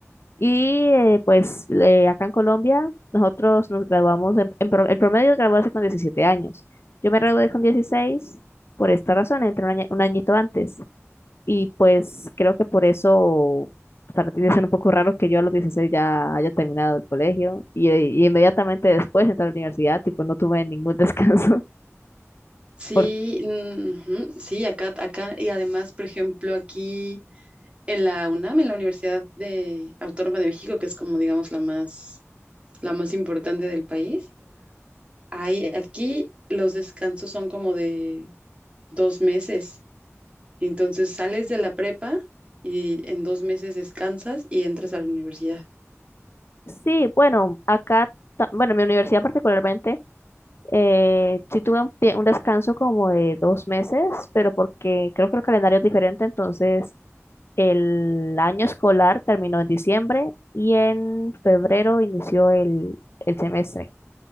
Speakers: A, on the left (about 55°); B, on the right (about 25°).
A: Y eh, pues eh, acá en Colombia, nosotros nos graduamos, en, en pro- el promedio de graduarse con 17 años. Yo me gradué con 16 por esta razón, entré un, año- un añito antes. Y pues creo que por eso para ti debe ser un poco raro que yo a los 16 ya haya terminado el colegio y, eh, y inmediatamente después entré a la universidad, tipo no tuve ningún descanso.
B: Sí,
A: <laughs> ¿Por
B: ujú, sí, acá, acá, y además, por ejemplo, aquí en la UNAM, en la Universidad de Autónoma de México, que es como, digamos, la más, la más importante del país, hay, aquí los descansos son como de dos meses. Entonces sales de la prepa y en dos meses descansas y entras a la universidad.
A: Sí, bueno, acá, ta- bueno, en mi universidad particularmente. Eh, sí tuve un, tie- un descanso como de dos meses, pero porque creo que el calendario es diferente, entonces el año escolar terminó en diciembre y en febrero inició el, el semestre.